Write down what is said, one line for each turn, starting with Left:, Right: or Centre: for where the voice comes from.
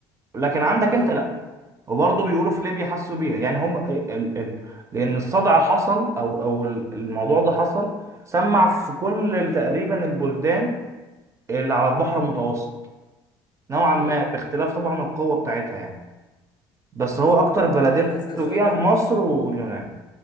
Right: لكن عندك
Left: اه
Right: انت لا وبرضه بيقولوا في ليبيا حسوا بيها يعني هم آه، ال... ال... لان الصدع اللي حصل او او ال- الموضوع ده حصل سمع في كل ال- تقريبا البلدان اللي على البحر المتوسط نوعا
Left: امم
Right: ما باختلاف طبعا القوه بتاعتها يعني بس هو اكتر بلدين
Left: طب انا هسأل
Right: حسوا
Left: سؤال
Right: بيها
Left: بقى
Right: مصر
Left: معلش
Right: واليونان